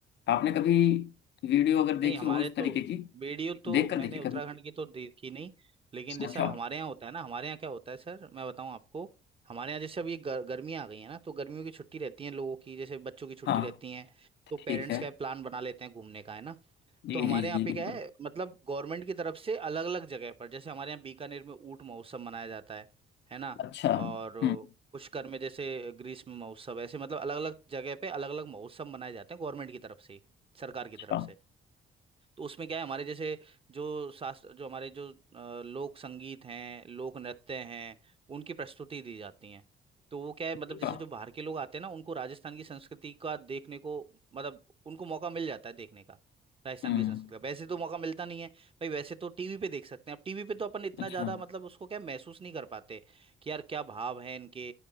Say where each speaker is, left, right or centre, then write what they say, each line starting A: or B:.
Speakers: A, on the left (about 60°); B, on the right (about 30°).
A: आपने कभी वीडियो अगर देखी
B: नहीं हमारे
A: हो इस
B: तो
A: तरीके की
B: वीडियो तो
A: देख कर
B: मैंने
A: देखी
B: उत्तराखंड
A: कभी
B: की तो देखी नहीं लेकिन जैसे
A: अच्छा
B: अब हमारे यहाँ होता है ना हमारे यहाँ क्या होता है सर मैं बताऊँ आपको हमारे यहाँ जैसे अब ये गर, गर्मियाँ आ गई है ना तो गर्मियों की छुट्टी रहती है लोगों की जैसे बच्चों की छुट्टी
A: हाँ
B: रहती है तो पेरेंट्स
A: ठीक है
B: क्या प्लान बना लेते हैं घूमने का है ना
A: जी
B: तो हमारे
A: जी जी
B: यहाँ
A: जी,
B: पे
A: बिल्कुल
B: क्या है मतलब गवर्नमेंट की तरफ से अलग अलग जगह पर जैसे हमारे यहाँ बीकानेर में ऊंट महोत्सव मनाया जाता है है ना
A: अच्छा
B: और
A: हम्म
B: पुष्कर में जैसे ग्रीष्म महोत्सव ऐसे मतलब अलग अलग जगह पे अलग अलग महोत्सव मनाए जाते हैं गवर्नमेंट की तरफ से ही सरकार
A: अच्छा
B: की तरफ से तो उसमें क्या है हमारे जैसे जो शास्त्र जो हमारे जो अ, लोक संगीत हैं लोक नृत्य हैं उनकी प्रस्तुति दी जाती है तो वो क्या है
A: अच्छा
B: मतलब जैसे जो बाहर के लोग आते हैं ना उनको राजस्थान की संस्कृति का देखने को मतलब उनको मौका मिल जाता है देखने का राजस्थान
A: हम्म
B: की संस्कृति का वैसे तो मौका मिलता नहीं है भाई वैसे तो टीवी पे देख सकते हैं अब टीवी पे तो अपन इतना
A: अच्छा
B: ज्यादा मतलब उसको क्या महसूस नहीं कर पाते कि यार क्या भाव है इनके